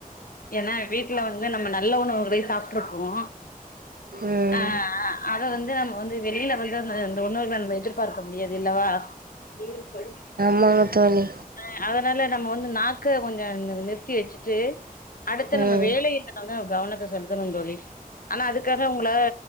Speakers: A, on the left (about 70°); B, on the right (about 85°).
A: ஏன்னா வீட்ல வந்து நம்ம நல்ல உணவுகளை சாப்ட்டுருப்போம
B: ம்
A: ஆஹ் ஆஹ் அத வந்து நம்ம வந்து வெளியில வந்து அந்த உணவுகள நம்ம எதிர்பார்க்க முடியாது இல்லவா <unintelligible>
B: மாங்க தோழி
A: ஹ அதனால நம்ம வந்து நாக்க கொஞ்சம் நி நிறுத்தி வச்சுட்டு அடுத்த
B: ம்
A: நம்ம வேலை <unintelligible> கவனத்தை செலுத்தணும் தோழி ஆனா அதுக்காக உங்கள